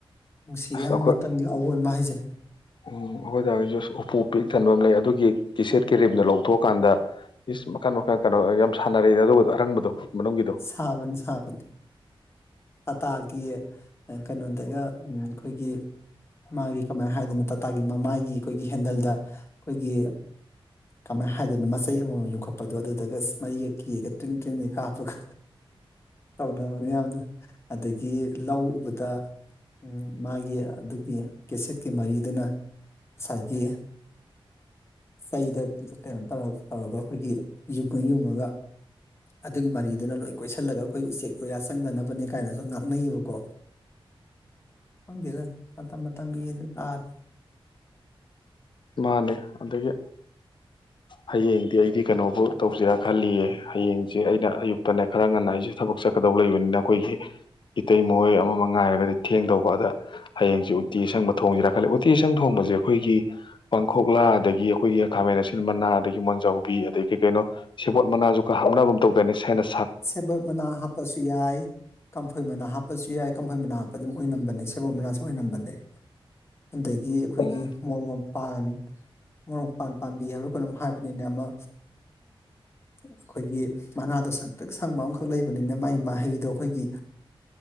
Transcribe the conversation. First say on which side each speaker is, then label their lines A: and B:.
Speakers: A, on the left; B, on the left.
A: ꯅꯨꯡꯁꯤ
B: ꯑꯁ
A: ꯌꯥꯝꯅ
B: ꯑꯩꯈꯣꯏ
A: ꯃꯇꯝꯒꯤ ꯑꯑꯣꯟꯕ ꯍꯥꯏꯖꯩ <unintelligible> <inaudible>
B: ꯎꯝ ꯑꯩꯈꯣꯏꯗ ꯑꯩꯁꯨ ꯎꯄꯨ ꯄꯤꯛ ꯊꯟꯕ ꯑꯃ ꯂꯩ ꯑꯗꯨꯒꯤ ꯇꯤꯤꯁꯦꯠ ꯀꯦꯔꯤꯦꯝꯅ ꯂꯧꯊꯣꯛꯑꯀꯥꯟꯗ ꯏꯁ ꯃꯈꯜ ꯃꯈꯜ ꯀꯩꯅꯣ ꯌꯥꯝ ꯁꯥꯟꯅꯔꯗ ꯑꯗꯨꯒ ꯑꯔꯪꯕꯗꯣ ꯃꯅꯨꯡꯒꯤꯗꯣ
A: ꯁꯥꯕꯅꯤ ꯁꯥꯕꯅꯤ ꯇꯥꯇꯥꯒꯤ ꯀꯩꯅꯣꯗꯒ ꯑꯩꯈꯣꯏꯒꯤ ꯃꯥꯒꯤ ꯀꯃꯥꯏꯅ ꯍꯥꯏꯗꯣꯏꯅꯣ ꯇꯥꯇꯥꯒꯤ ꯃꯃꯥꯏꯒꯤ ꯑꯩꯈꯣꯏꯒꯤ ꯍꯦꯟꯗꯜꯗ ꯑꯩꯈꯣꯏꯒꯤ ꯀꯃꯥꯏꯅ ꯍꯥꯏꯗꯣꯏꯅꯣ ꯃꯆꯩ ꯑꯃꯃꯝ ꯌꯣꯛꯈꯠꯄꯗꯣ ꯑꯗꯨꯗꯒ ꯃꯔꯤꯒ ꯀꯤꯔꯒ ꯇ꯭ꯔꯤꯡ ꯇ꯭ꯔꯤꯡꯒ ꯀꯥꯞꯄꯒ ꯇꯧꯅ ꯍꯅꯤ ꯌꯥꯝꯅ ꯑꯗꯒꯤ ꯂꯧ ꯎꯕꯗ ꯃꯥꯒꯤ ꯑꯗꯨꯒꯤ ꯀꯦꯁꯦꯠꯀꯤ ꯃꯔꯤꯗꯨꯅ ꯉꯁꯥꯏꯒꯤ ꯆꯩꯗ ꯀꯩꯅꯣ ꯇꯧꯔꯒ ꯑꯩꯈꯣꯏꯒꯤ ꯌꯨꯡꯉ ꯌꯨꯡꯉꯒ ꯑꯗꯨꯒꯤ ꯃꯔꯤꯗꯨꯅ ꯂꯣꯏ ꯀꯣꯏꯁꯜꯂꯒ ꯑꯩꯈꯣꯏ ꯎꯆꯦꯛ ꯀꯣꯌꯥ ꯆꯪꯗꯅꯕꯅꯦ ꯀꯥꯏꯅꯁꯨ ꯉꯥꯡꯅꯩꯌꯦꯕꯀꯣ ꯍꯪꯦꯗ ꯃ ꯃ ꯇꯪꯒꯤꯤ ꯇꯔ
B: ꯃꯥꯅꯦ ꯑꯗꯒꯤ ꯍꯌꯦꯡꯗꯤ ꯑꯩꯗꯤ ꯀꯩꯅꯣꯕꯨ ꯇꯧꯁꯤꯔ ꯈꯜꯂꯤꯌꯦ ꯍꯌꯦꯡꯁꯦ ꯑꯩꯅ ꯑꯌꯨꯛ ꯅꯦ ꯈꯔ ꯉꯟꯅ ꯑꯩꯁꯦ ꯊꯕꯛ ꯆꯠ ꯀꯗꯧ ꯂꯩꯕꯅꯤꯅ ꯑꯩꯈꯣꯏꯁꯤꯦ ꯏꯇꯩ ꯃꯈꯣꯏ ꯑꯃꯃ ꯉꯥꯏꯔꯒꯗꯤ ꯊꯦꯡ ꯇꯧꯕ ꯑꯗ ꯍꯌꯦꯡꯁꯤ ꯎꯇꯤ ꯑꯁꯪꯕ ꯊꯣꯡꯁꯤꯦꯔꯥ ꯈꯜꯂꯦ ꯎ ꯇꯦꯁꯪ ꯊꯣꯡꯕꯁꯦ ꯑꯩꯈꯣꯏꯒꯤ ꯄꯥꯡꯈꯣꯛꯂꯥ ꯑꯗꯒꯤ ꯑꯩꯈꯣꯏꯒꯤ ꯈꯥꯃꯦꯟ ꯑꯁꯤ ꯃꯅꯥ ꯑꯗꯒꯤ ꯃꯣꯟꯖꯥꯎꯕꯤ ꯑꯗꯒꯤ ꯀꯩꯅꯣ ꯁꯦꯕꯣꯠ ꯃꯅꯥꯁꯨ ꯍꯥꯞꯅꯕꯒꯨꯝ ꯇꯧꯗꯅꯤ ꯁ ꯍꯥꯏꯅ
A: ꯁꯦꯕꯣꯠ ꯃꯅꯥ ꯍꯥꯞꯄꯁꯨ ꯌꯥꯏ ꯀꯝꯐꯣꯏ ꯃꯅꯥ ꯍꯥꯞꯄꯁꯨ ꯌꯥꯏ ꯀꯝꯐꯩ ꯃꯅꯥ ꯍꯥꯞꯄ ꯑꯗꯨꯝ ꯑꯣꯏꯅꯝꯕꯅꯦ ꯁꯦꯕꯣ ꯃꯅꯥꯁꯨ ꯑꯣꯏꯅꯝꯕꯅꯦ ꯑꯗꯒꯤ ꯑꯩꯈꯣꯏꯒꯤ
B: ꯎꯝ
A: ꯃꯣꯔꯣꯛ ꯃꯄꯥꯟ ꯃꯔꯣꯔꯣꯛ ꯄꯥꯝꯕꯤ ꯍꯥꯏꯕ꯭ꯔꯣ ꯀꯩꯅꯣꯝ ꯍꯥꯏꯕꯅꯤꯅ ꯑꯃ ꯑꯩꯈꯣꯏꯒꯤ ꯃꯅꯥꯗ ꯇꯛ ꯁꯪꯕ ꯑꯃꯈꯛ ꯂꯩꯕꯅꯤꯅ ꯃꯒꯤ ꯃꯍꯩꯗꯣ ꯑꯩꯈꯣꯏꯒꯤ